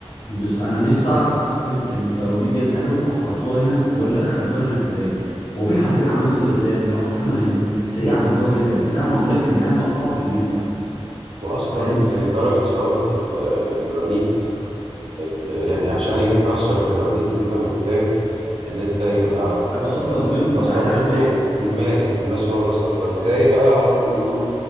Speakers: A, on the left (about 80°); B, on the right (about 60°).
A: بز... انا نفسي اعرف اصلا يعني التوابيت ديت هل انتوا حفرتوها هنا ولا دخلتوها هنا ازاي وفي الحالتين عملتوا كده ازاي ان لو حفرنا هنا ازاي عملتوها كده البتاعه معموله كانها مقطوعه بالليزر
B: وأصلا
A: فاهم
B: يعني درجة صلابة ال- الجرانيت ات- يعني عشان يتكسر الجرانيت أنت محتاج ان انت يبقى
A: حاجه اصلب منه انت
B: اصلا
A: عايز عايز
B: منه
A: ماس
B: الماس الماس هو الاصل فازاي بقى هم بيقولوا